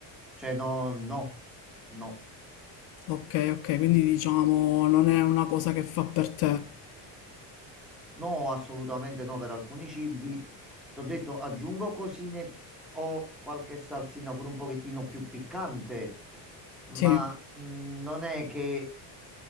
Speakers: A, in the centre; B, on the left (about 55°).
A: Cioè, no, no, no,
B: ok, ok, quindi diciamo non è una cosa che fa per te.
A: no, assolutamente no per alcuni cibi. Ti ho detto, aggiungo cosine o qualche salsina pure un pochettino più piccante, ma
B: Sì,
A: mh, non è che